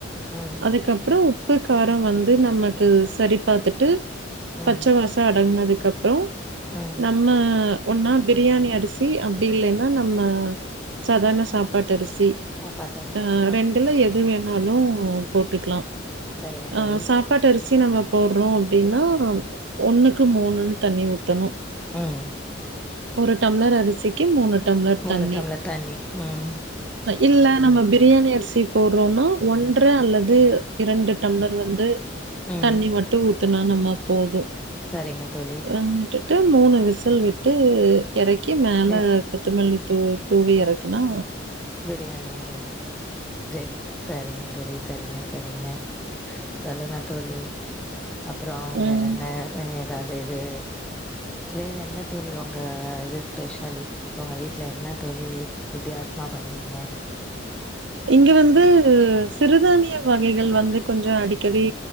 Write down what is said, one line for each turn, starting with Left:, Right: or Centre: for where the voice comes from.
Centre: ம்
Right: அதுக்கப்றோ உப்பு காரம் வந்து நமக்கு சரி பாத்துட்டு
Centre: ம்
Right: பச்ச வாச அடங்னதுக்கப்றோம்
Centre: ம்
Right: நம்ம ஒன்னா பிரியாணி அரிசி அப்டி இல்லன்னா நம்ம சாதார்ண சாப் பாட்டரிசி
Centre: சாப்பாட்டு அரிசி
Right: ஆ ரெண்டுல எத் து வேணாலும் போட்டுக்லா
Centre: சரிங்க
Right: ஆ
Centre: தோழி
Right: சாப் ப்பாட்டு அரிசி நம்ம போடுறோம் அப்டின்னா ஒண்ணுக்கு மூணுன் தண்ணி ஊத்தணும்
Centre: ம்
Right: ஒரு டம்ளர் அரிசிக்கு மூணு டம்ளர்
Centre: மூணு
Right: தண்ணி
Centre: டம்ளர் தண்ணி ம்
Right: இல்ல நம்ம பிரியாணி அரிசி போட்றோன்னா ஒன்ற அல்லது ரெண்டு டம்ளர் வந்து
Centre: ம்
Right: தண்ணி மட்டும் ஊத்துனா நம்ம போதும்
Centre: சரிங்க தோழி
Right: என் கிட்ட மூணு விசில் விட்டு எறக்கி மேல
Centre: எ
Right: குத் த்தமல்லி தூ தூவி எறக்குன்னோ
Centre: பிரியாணி இது ரெடி சரிங்க தோழி சரிங்க சரிங்க சொல்லுங்க தோழி அப்புறம் வேற
Right: ம்
Centre: என்ன எதாவ்து இது வேற என்ன தோழி உங்க இது ஸ்பெஷல் உங்க வீட்ல என்ன தோழி வித்தியாஸ் மா பண்ணுவீங்க
Right: இங்க வந்து ஒரு சிறுதானிய வகைகள் வந்து கொஞ்சோ அடிக்கடி